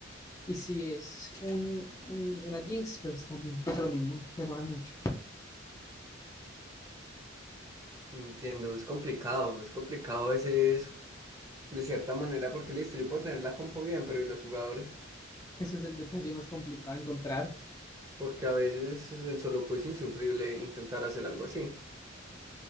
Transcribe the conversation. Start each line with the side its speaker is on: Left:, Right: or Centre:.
Left: Y si es un, un- una Jinx, pues también pasa lo mismo, se demoran mucho.
Right: Entiendo, es complicado, es complicado ese De cierta manera, porque listo, yo puedo tener la compo bien, pero ¿y los jugadores?
Left: Ese es el detalle más complicado de encontrar.
Right: Porque a veces en solo queue es insufrible intentar hacer algo así.